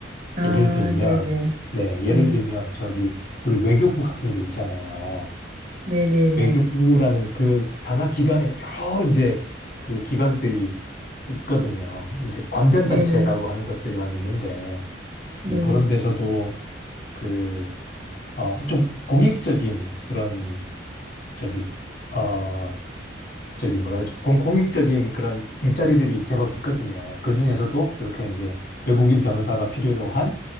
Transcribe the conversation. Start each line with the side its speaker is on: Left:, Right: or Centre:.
Right: 아,
Left: 예를 들면,
Right: 네, 네.
Left: 네, 예를
Right: 예.
Left: 들면 저기 우리 외교부 같은 데 있잖아요.
Right: 네, 네, 네.
Left: 외교부라는 그 산하 기관에 여러 이제 그 기관들이 있거든요. 이제 관변단체라고
Right: 네, 네.
Left: 하는 것들이 막 있는데,
Right: 네.
Left: 이제 그런 데서도 그, 어, 좀 공익적인 그런 저기, 어, 저기 뭐라 그러죠? 공, 공익적인 그런 일자리들이 제법 있거든요. 그 중에서도 이렇게 이제 외국인 변호사가 필요로 한